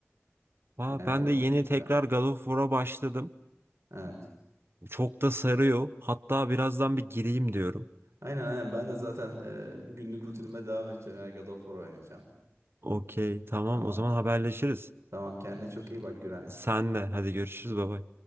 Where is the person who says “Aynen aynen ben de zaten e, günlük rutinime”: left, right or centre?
Right